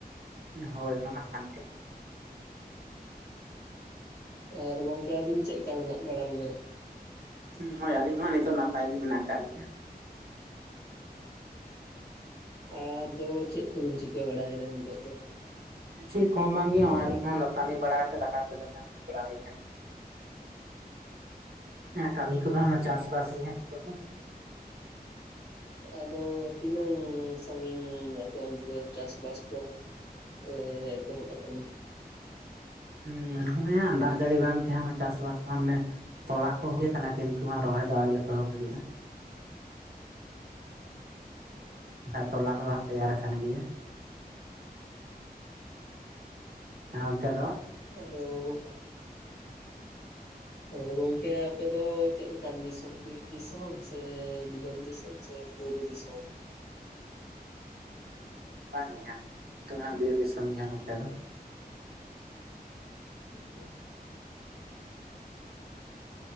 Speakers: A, on the right; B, on the left.
A: ᱦᱳᱭ ᱚᱱᱟ ᱢᱟ ᱠᱟᱱᱛᱮ᱾
B: ᱟᱨ ᱜᱚᱝᱠᱮ ᱟᱵᱤᱱ ᱪᱮᱫ ᱞᱮᱠᱟ ᱢᱮᱱᱟᱜ ᱵᱟᱲᱟ ᱵᱤᱱᱟ?
A: ᱦᱩᱸ ᱦᱳᱭ ᱟᱹᱞᱤᱧ ᱦᱚᱸ ᱱᱤᱛᱚᱜ ᱱᱟᱯᱟᱭ ᱜᱮ ᱢᱮᱱᱟᱜ ᱟᱠᱟᱫ ᱞᱤᱧᱟ᱾
B: ᱟᱫᱚ ᱪᱮᱫ ᱠᱚ ᱵᱤᱱ ᱪᱤᱠᱟᱹ ᱵᱟᱲᱟᱭᱮᱫᱟ ᱱᱤᱛᱚᱜ ᱫᱚ?
A: ᱪᱮᱫ ᱠᱚ ᱵᱟᱝ ᱜᱮ ᱱᱚᱜᱼᱚᱭ ᱟᱹᱞᱤᱧ ᱦᱚᱸ ᱞᱟᱛᱟᱱᱤ ᱵᱟᱲᱟ ᱠᱟᱛᱮ ᱫᱟᱠᱟ ᱠᱚ ᱡᱚᱢ ᱵᱟᱲᱟ ᱠᱮᱫᱟᱞᱤᱧ᱾ ᱠᱟᱹᱢᱤ ᱠᱚᱫᱚ ᱦᱟᱸᱜ ᱪᱟᱥᱵᱟᱥ ᱜᱮ ᱦᱟᱜᱼᱼ <unintelligible>
B: ᱟᱫᱚ ᱛᱤᱱᱟᱹᱝ ᱥᱟᱺᱜᱤᱧ ᱟᱯᱮ ᱚᱱᱛᱮ ᱫᱚ ᱪᱟᱥᱵᱟᱥ ᱫᱚ? ᱮᱻᱮ ᱮᱛᱚ ᱦᱚᱵ ᱟᱠᱟᱱᱟ᱾
A: ᱦᱩ ᱦᱚᱜᱼᱚᱭ ᱦᱟᱸᱜ ᱫᱟᱜ ᱡᱟᱹᱲᱤ ᱵᱟᱝ ᱛᱟᱦᱮᱸ ᱦᱟᱸᱜ ᱪᱟᱥᱵᱟᱥ ᱠᱚ ᱦᱚᱸ ᱢᱟᱱᱮᱼᱼ ᱛᱚᱞᱟ ᱠᱚ ᱦᱩᱭ ᱟᱠᱟᱱᱟ ᱠᱤᱱᱛᱩ ᱨᱚᱦᱚᱭ ᱫᱚ ᱟᱹᱣᱨᱤ ᱮᱛᱚᱦᱚᱵ ᱦᱩᱭᱩᱜᱼᱟ᱾
B: ᱦᱩᱸ᱾
A: ᱵᱟᱠᱷᱟᱡ ᱛᱚᱞᱟ ᱠᱚᱫᱚ ᱦᱟᱸᱜ ᱛᱮᱭᱟᱨ ᱟᱠᱟᱱ ᱜᱮᱭᱟ᱾ ᱚᱱᱛᱮ ᱫᱚ?
B: ᱟᱫᱚᱼᱼ ᱚ ᱜᱚᱝᱠᱮ ᱟᱯᱮ ᱫᱚ ᱪᱮᱫ ᱞᱮᱠᱟᱱ ᱫᱤᱥᱚᱢ ᱵᱤᱨ ᱫᱤᱥᱚᱢ ᱥᱮ ᱵᱤᱞᱚᱛ ᱫᱤᱥᱚᱢ? ᱥᱮ ᱵᱩᱨᱩ ᱫᱤᱥᱚᱢ?
A: ᱵᱟᱝᱜᱮ ᱦᱟᱸᱜ ᱱᱚᱛᱮ ᱫᱚ ᱦᱟᱸᱜ ᱵᱤᱨ ᱫᱤᱥᱚᱢ ᱜᱮ ᱦᱟᱸᱜ ᱱᱚᱛᱮ ᱫᱚᱼᱼ
B: <inaudible>